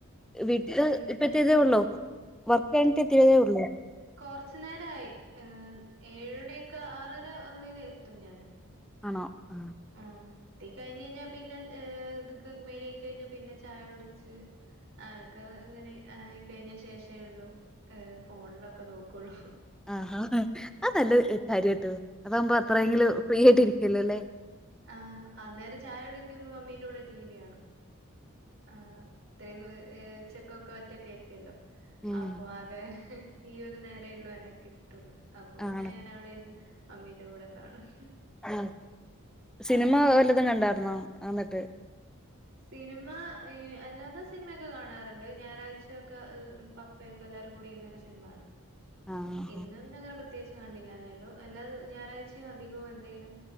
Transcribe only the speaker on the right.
പിന്നെ
ഉം
കുറച്ചു നേരമായി ഏഴ്മണിക്കെ ആറര ഉള്ളിൽ എത്തും ഞാൻ
ആഹ് എത്തി കഴിഞ്ഞ കഴിഞ്ഞാൽ പിന്നെ ഇതക്കെ മേലയുകി കഴിഞ്ഞാ പിന്നെ ചായടിച്ച് ആക്കെ ഇങ്ങനെ ആയിക്കഴിഞ്ഞ ശേഷേള്ളൂ ഹ് ഫോണിലൊക്കെ നോക്കുള്ളു
ആഹ് അന്നേരം ചായ കുടിക്കുമ്പോ മമ്മീന്റെ കൂടെ ടിവി കാണും ആഹ് ഇത്രയു ഉച്ചക്കക്കെ ഒറ്റക്കയിരിക്കുല്ലോ
അപ്പൊ ആകെ ഈയരു നേരള്ളൂ എന്നെ കിട്ടുള്ളു അപ്പൊ
ഇങ്ങനെ ഞാൻ അവിടെ ഇന്ന് മമ്മീന്റെ കൂടെ കാണും
ആഹ്
സിനിമ അല്ലാത സിനിമയൊക്കെ കാണാറുണ്ട് ഞായറാഴ്ചയൊക്കെ പപ്പയോക്കെ എല്ലരും കൂടി ഇരുന്നൊരു സിനിമകാണും
ഇന്ന് പിന്നെങ്ങനെ പ്രത്യേകിച്ച് കണ്ടില്ലന്നെ ഉള്ളൂ അല്ലാത ഞായറാഴ്ചയും അധികവും എന്തെങ്കിലും